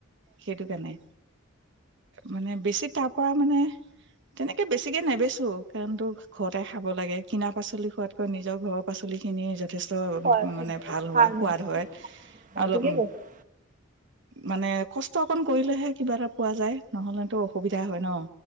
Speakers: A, on the right; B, on the right.
A: সেইটো কাৰণে মানে বেচি পৰা মানে তেনেকে বেছিকে নেবেচো, কাৰন তোৰ ঘৰতে খাব লাগে। কিনা পাচলি খোৱাতকৈ নিজৰ ঘৰৰ পাচলিখিনি যথেষ্ট।
B: খোৱাৰ পিছত
A: মানে ভাল
B: সাৰ
A: হয় সোৱাদ হয়।
B: নোহোৱা
A: অলপ
B: ঠিকে কৈছে
A: মানে কষ্ট অকন কৰিলেহে কিবা এটা পোৱা যায়। নহ'লেতো অসুবিধা হয় ন।